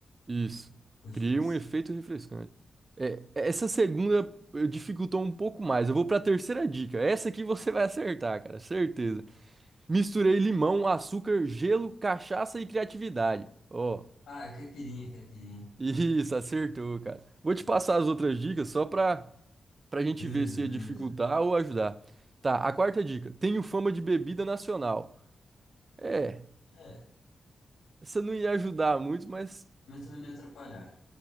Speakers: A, on the right (about 25°); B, on the left (about 85°).
A: Isso.
B: Poxa,
A: Criei
B: não sei.
A: um efeito refrescante. É, essa segunda eh, dificultou um pouco mais. Eu vou para a terceira dica. Essa aqui você vai acertar, cara, certeza. Misturei limão, açúcar, gelo, cachaça e criatividade. Ó.
B: Ah, é caipirinha, caipirinha.
A: Isso, acertou, cara. Vou te passar as outras dicas só pra, pra gente
B: Beleza,
A: ver se
B: beleza.
A: ia dificultar ou ajudar. Tá, a quarta dica. Tenho fama de bebida nacional. É,
B: É,
A: essa não ia ajudar muito, mas.
B: mas também não ia atrapalhar.